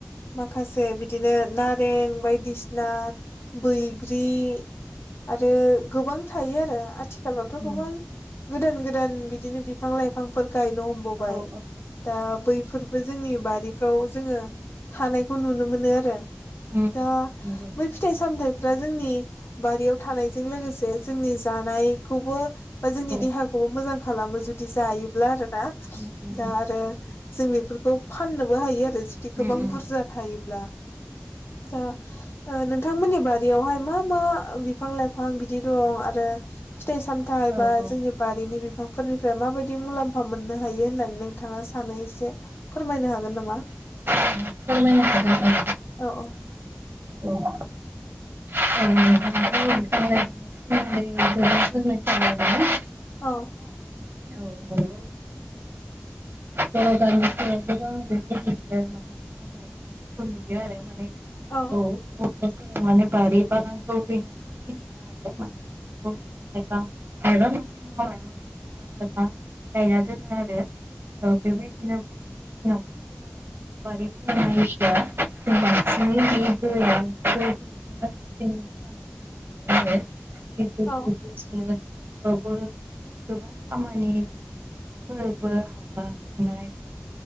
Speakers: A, on the left; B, on the right.
A: माखासे बि दिनो नारें बायदिसिना बैग्रि आरो गोबां थायो आरो आथिखालावथ'
B: उम
A: गोबां गोदान गोदान बिदिनो बिफां लाइफांफोर गायनो हमबावबाय।
B: औ औ
A: दा बैफोरबो जोंनि बारिफ्राव जोंङो थानायखौ नुनो मोनो आरो।
B: उम
A: दा
B: नंगौ
A: बै फिथाइ सामथायाइफ्रा जोंनि बारियाव थानायजों लोगोसे जोंनि जानायखौबो बा जोंनि
B: औ
A: देहाखौबो मोजां खालामो जुदि जायोब्ला आरो ना।
B: उम उम
A: दा आरो जों बेफोरखौ फाननोबो हायो आरो जुदि
B: उम
A: गोबां
B: उम
A: बुरजा थायोब्ला
B: <inaudible>
A: दा नोंथांमोननि बारियावहाय मा मा बिफां लाइफां बिदि दं आरो फिथाइ सामथायाइ
B: औ
A: बा
B: औ
A: जोंनि बारिनि बिफांफोरनिफ्राय माबायदि बिदि मुलाम्फा मोननो हायो होननानै नोंथांङा सानो एसे फोरमायनो हागोन नामा?
B: फोरमायनो हागोन।
A: औ औ
B: औ <unintelligible>
A: औ
B: औ नंगौ बर' गामिफोराव गोबां बिदिनो <inaudible> नुयो आरो माने।
A: औ
B: औ जों माने बारि बागानखौ <unintelligible> फां गायना दोनो आरो। ओ बेबायदिनो बर'नि न'खरफोराव बारिफोरना <unintelligible> बांसिन बे गय थानायखौ नुनो मोनो आरो।
A: औ
B: <unintelligible> गोबां खामानि जेनेबा फोरबो <unintelligible>